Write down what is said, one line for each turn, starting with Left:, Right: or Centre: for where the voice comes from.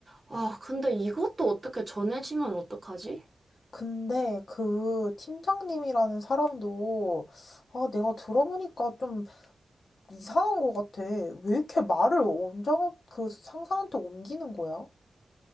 Right: 아, 근데 이것도 어떻게 전해지면 어떡하지?
Left: 근데 그 팀장님이라는 사람도 아, 내가 들어보니까 좀 이상한 것 같아. 왜 이렇게 말을 원장 그 상사한테 옮기는 거야?